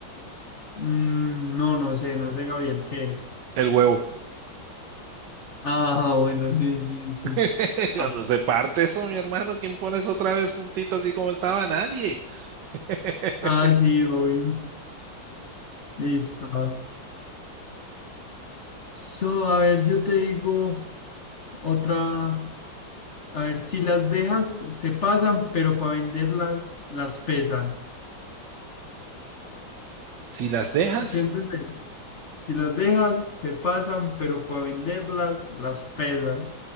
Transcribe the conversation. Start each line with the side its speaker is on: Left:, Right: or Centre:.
Left: Mm, no, no sé, no sé, Gabriel, ¿qué es?
Right: El huevo.
Left: Ah, bueno, sí, sí, sí.
Right: <laughs> Cuando
Left: Ah,
Right: se parte eso, mi hermano, ¿quién pones otra vez juntito así como estaba? Nadie. <laughs>
Left: ah, sí, obvio. Listo. a ver. So, a ver, yo te digo otra. A ver, si las dejas, se pasan, pero para venderlas, las pesan.
Right: Si las dejas,
Left: ¿Sí entiendes? Si las dejas, se pasan, pero para venderlas, las pesas.